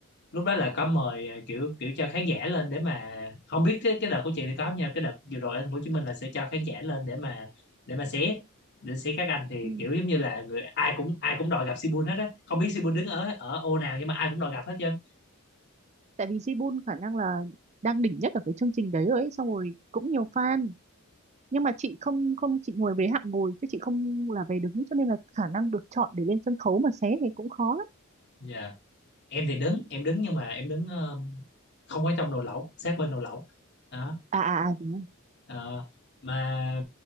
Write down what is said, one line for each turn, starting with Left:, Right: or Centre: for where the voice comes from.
Left: lúc đó là có mời ờ, kiểu kiểu cho khán giả lên để mà không biết cái cái đợt của chị thì có không nha cái đợt vừa rồi ở thành phố Hồ Chí Minh là sẽ cho khán giả lên để mà để mà xé để xé các anh thì
Right: ừ.
Left: kiểu giống như là người ai cũng ai cũng đòi gặp Sibun hết á không biết Sibun đứng ở ở ô nào nhưng mà ai cũng đòi gặp hết trơn
Right: tại vì Jibun khả năng là đang đỉnh nhất ở cái chương trình đấy rồi ấy, xong rồi cũng nhiều fan nhưng mà chị không không chị ngồi về hạng ngồi chứ chị không là về đứng cho nên là khả năng được chọn để lên sân khấu mà xé thì cũng khó lắm
Left: Dạ. em thì đứng em đứng nhưng mà em đứng ờ, không ở trong nồi lẩu sát bên nồi lẩu đó
Right: à à à đúng rồi.
Left: ờ, mà